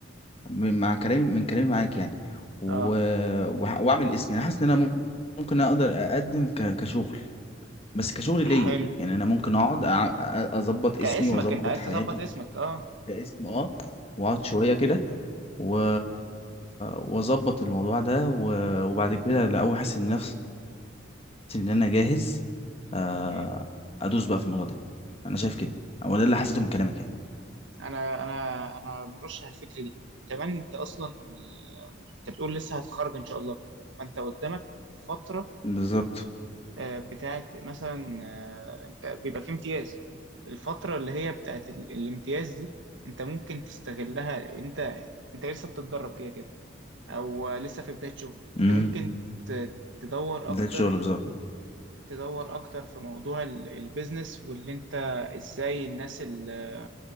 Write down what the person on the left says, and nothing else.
من- مع كلامي من كلامي معاك يعني و...
وه- واعمل اسم يعني حاسس ان انا مم- ممكن اقدر اقدم ك... كشغل بس كشغل ليا
يعني انا ممكن اقعد أع- أ- اظبط
اسمي واظبط
حياتي
كاسم اه واقعد شويه كده و واظبط الموضوع ده و... وبعد كده لأول ما احس ان نفسي ان انا جاهز آه،
ادوس بقى في الموضوع ده انا شايف كده هو ده اللي حسيته من كلامك يعني
بالظبط
امم
بداية
شغل بالظبط